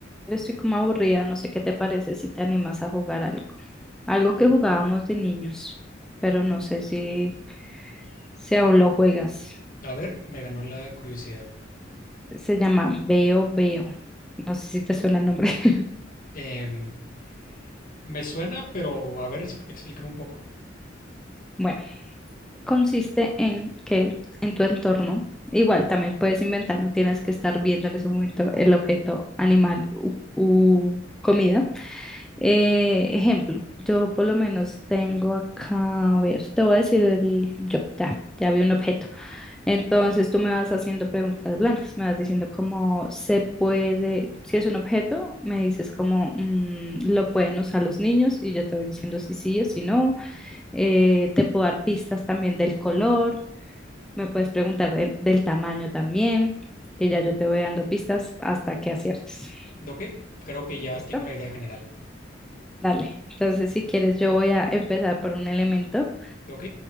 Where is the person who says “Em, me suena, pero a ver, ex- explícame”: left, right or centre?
Left